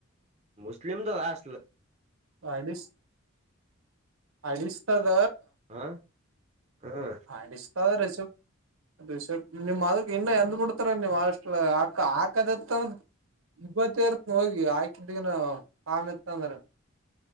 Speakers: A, on the right; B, on the right.
A: ಮುಸ್ಲಿಂ ದು ಹಾಸ್ಟೆಲ್
B: <unintelligible> ಅಡಿಸ್ತದ
A: ಹ ಹ
B: ಅಡಿಸ್ತದ ರಿಸಿಪ್ಟ್ ನಿಮ್ ಅದಕ್ ಇನ್ನ ಎಂದ್ ಬಿಡ್ತಾರ ನೀಮ್ ಅಡಿಸ್ತದ ಒಳಗ ಹಾಕ ಹಾಕದತ್ತಂದ ಇಬ್ಬತ್ತರ್ತ್ ಹೋಗಿ ಆಕಿದಗನ ಕಾಮ ಇತ್ತಂದ್ರ